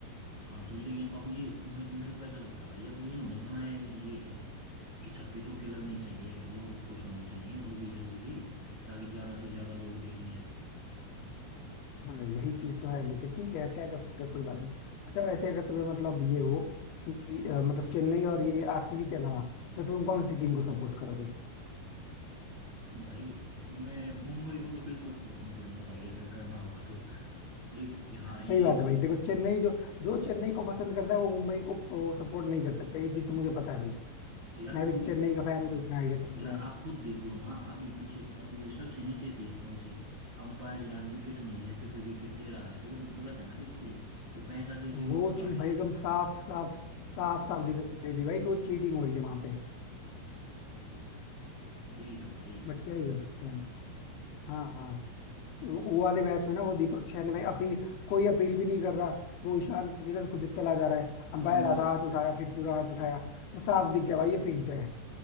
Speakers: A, on the right; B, on the left.
A: हाँ तो लेकिन अब ये मे, मेरे को ऐसा लगता है भाई अब ये इन्होंने बनाया है, ये है कि छक्के चौके लगने चाहिए लोग खुश होने चाहिए जल्दी से जल्दी ताकि ज्यादा से ज्यादा लोग देखने आए
B: हाँ यही चीज तो है लेकिन ठीक है क्या कर सकते हो कोई बात नहीं अच्छा वैसे अगर तुम्हें मतलब ये हो कि अ, मतलब चेन्नई और ये आरसीबी के अलावा तो तुम कौन सी टीम को सपोर्ट करोगे
A: भाई मैं मुंबई को तो बिल्कुल सपोर्ट नहीं करूंगा भाई अगर करना होगा तो एक हाँ ये
B: सही बात
A: जो
B: है भाई देखो चेन्नई जो जो चेन्नई को पसंद करता है वो मुंबई को सपोर्ट नहीं कर सकता ये चीज तो मुझे पता है भाई
A: यार
B: मैं
A: वो
B: भी चेन्नई का फैन हूँ तो इतना आइडिया तो मुझे
A: यार
B: है
A: आप खुद देख लो ना अभी पीछे अब ये सबसे नीचे थे एकदम से अंपायर यार विकेट नहीं है फिर भी विकेट दे रहा है तो ये तो गलत है ना बिल्कुल तो पैसा दे के
B: वो
A: वो करवा
B: चीज
A: रहे
B: भाई
A: हैं
B: एकदम
A: यार
B: साफ साफ साफ साफ दिख रही थी भाई कि वो चीटिंग हो रही है वहां पे
A: यही तो भाई
B: बट क्या ही कर सकते हैं हाँ हाँ वो वो वाले मैच में ना वो दीपक शहर भाई अपील कोई अपील भी नहीं कर रहा वो ईशान किशन खुद ही चला जा रहा है अंपायर
A: हाँ वो
B: आधा हाथ उठाया फिर पूरा हाथ उठाया वो साफ दिख गया भाई ये फिक्स्ड है